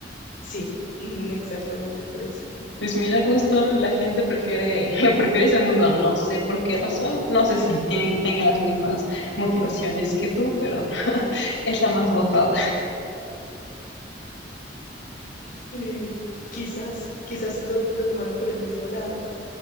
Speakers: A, on the left; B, on the left.
A: Sí, mm, exactamente por eso.
B: Pues mira, justo la gente prefiere, <laughs> prefiere ese mundo, no sé por qué razón, no sé si tienen, tengan las mismas motivaciones que tú, pero <laughs> es la más votada.
A: Eh, quizás, quizás lo, lo tomaron por el mismo lado.